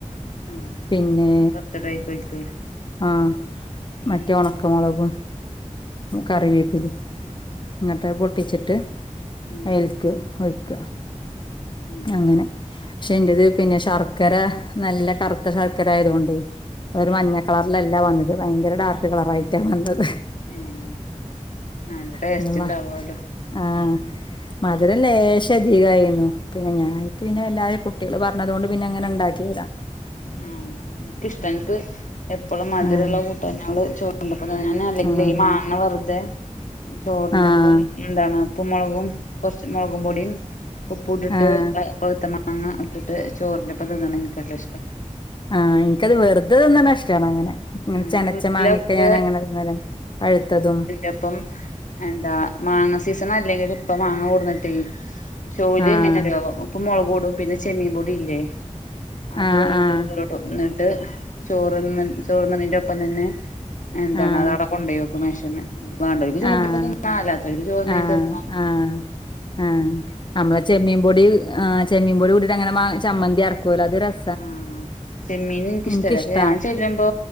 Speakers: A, on the left; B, on the left.
A: ആഹ്
B: പിന്നെ.
A: ബർത്ത്ഡേയ്ക്കൊയ്ക്ക്
B: ആഹ് മറ്റേ
A: ഉം
B: ഒണക്ക മൊളകും കറിവേപ്പില. ഇങ്ങട്ട് പൊട്ടിച്ചിട്ട്
A: ഉം
B: അയിയിൽക്ക് ഒഴിക്ക.
A: ഉം
B: അങ്ങനെ പക്ഷെ എന്റത് പിന്നെ ശർക്കര നല്ല കറുത്ത ശർക്കര ആയത് കൊണ്ട് അതൊരു
A: ഉം
B: മഞ്ഞ കളർ ള് അല്ല വന്നത് ഭയങ്കര ഡാർക്ക് കളർയിറ്റാ വന്നത്.
A: ഉം നല്ല ടേസ്റ്റ്
B: പിന്നെ മ
A: ഉണ്ടാവു അല്ലോ.
B: ആഹ്. മധുരം ലേശം അധിക ആയിന്നു പിന്നെ ഞാക്ക് പിന്നെ വല്ലാതെ കുട്ടികള് പറഞ്ഞത് കൊണ്ട് പിന്നെ അങ്ങനെ ഉണ്ടാക്കി. ക്കിയത
A: ഉം എനിക്കിഷ്ട്ട എൻക്ക് എപ്പോളും മതിര
B: ആഹ്
A: ഉള്ള കൂട്ടാനോള് ചോ കണ്ടപ്പം തന്നെ ഞാൻ അല്ലെങ്കിലെ
B: ആഹ്
A: മാങ്ങ വെറുതെ ചോറിന്റെ
B: ആഹ്
A: ഒപ്പം എന്താണ് ഉപ്പും മൊളകും കുറച്ച് മൊളകും പൊടിയും ഉപ്പ് ഇട്ടിട്ട്
B: ആഹ്
A: പവുത്ത മാങ്ങ ഇട്ടിട്ട് ചോറിൻ്റെ ഒപ്പം തിന്നണെ എനിക്ക് നല്ല ഇഷ്ട.
B: ആഹ് ഇൻക്കത് വെർതെ തിന്നുണെ ഇഷ്ടാണ് അങ്ങനെ
A: ആഹ്
B: ചെനച്ച
A: വീട്ടിലൊക്കെ
B: മാങ്ങയൊക്കെ ഞാൻ അങ്ങനെ തിന്നലുണ്ട്. പഴുത്തതും.
A: യപ്പം എന്താ മാങ്ങ സീസൺ അല്ലെങ്കില് ഇപ്പ മാങ്ങ കൊടുന്നിട്ടേ ചോലിയും
B: ആഹ്
A: പിന്നെ ഇതോ ഉപ്പും മുളകും ഇടും പിന്നെ ചെമ്മീൻ പൊടി ഇല്ലേ അതും
B: ആഹ് ആഹ്
A: എന്നിട്ട് ചോറ് തിന്ന് ചോറ് തിന്നുന്നതിന്റെ ഒപ്പം തന്നെ എന്താണ്
B: ആഹ്
A: അത് ആട കൊണ്ടോയി വെക്കും. ക്കും മേശമ്മേ വേണ്ടവര് ചോറിന്റെ
B: ആഹ്
A: ഒപ്പം തിന്ന അല്ലാത്തവക്ക് ചോർന്ന്
B: ആഹ്
A: കഴിഞ് തിന്ന.
B: ആഹ് ആഹ് നമ്മള് ചെമ്മീൻ പൊടി ആഹ് ചെമ്മീൻ പൊടി കൂട്ടീട്ട് അങ്ങനെ മാ ചമ്മന്തി അരക്കുവല്ലോ അത് ഒരു രസാ
A: ഉം ചെമ്മീൻ ഇൻക്ക് ഇഷ്ടല്ല
B: എനിക്കിഷ്ടാ
A: ഞാൻ ചെല്ലുമ്പോ